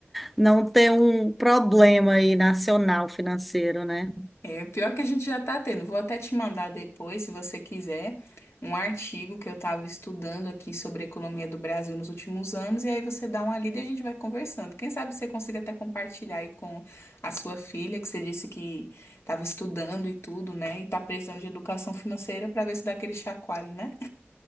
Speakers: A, in the centre; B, on the left.
A: não ter um problema aí nacional financeiro, né?
B: É, pior que a gente já tá tendo. Vou até te mandar depois, se você quiser, um artigo que eu tava estudando aqui sobre a economia do Brasil nos últimos anos, e aí você dá uma lida e a gente vai conversando. Quem sabe você consiga até compartilhar aí com a sua filha, que você disse que tava estudando e tudo, né? E tá precisando de educação financeira pra ver se dá aquele chacoalho, né?